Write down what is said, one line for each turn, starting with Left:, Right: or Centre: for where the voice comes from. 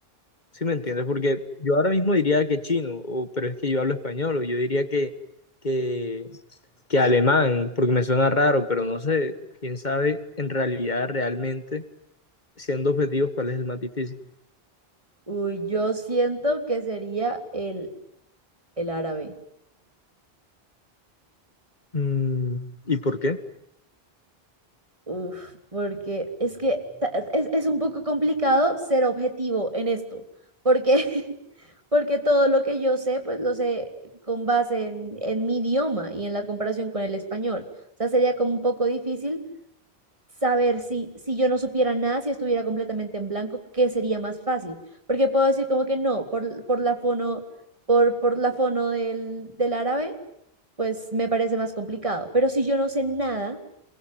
Left: ¿Sí me entiendes? Porque yo ahora mismo diría que chino, o, pero es que yo hablo español, o yo diría que, que, que alemán, porque me suena raro, pero no sé, quién sabe en realidad, realmente, siendo objetivos, cuál es el más difícil.
Right: Uy, yo siento que sería el, el árabe.
Left: Mm, ¿y por qué?
Right: Uf, porque es que ta- es, es un poco complicado ser objetivo en esto, porque, <laughs> porque todo lo que yo sé, pues lo sé con base en, en mi idioma y en la comparación con el español. O sea, sería como un poco difícil saber si, si yo no supiera nada, si estuviera completamente en blanco, qué sería más fácil. Porque puedo decir como que no, por, por la fono, por, por la fono del, del árabe. pues me parece más complicado. Pero si yo no sé nada,